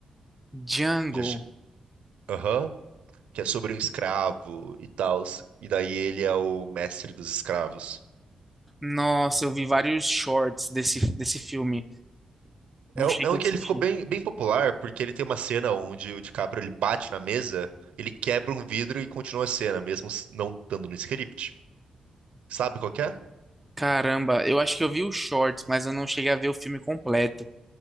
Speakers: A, in the centre; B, on the right (about 80°).
A: Django.
B: Já, che- Aham, que é sobre um escravo e tal. E daí ele é o mestre dos escravos.
A: Nossa, eu vi vários shorts desse, desse filme. Não
B: É,
A: cheguei
B: um- é um
A: a
B: que
A: assistir.
B: ele ficou bem, bem popular, porque ele tem uma cena onde o DiCaprio ele bate na mesa, ele quebra um vidro e continua a cena, mesmo s- não estando no script. Sabe qual que é?
A: Caramba, eu acho que eu vi os shorts, mas eu não cheguei a ver o filme completo.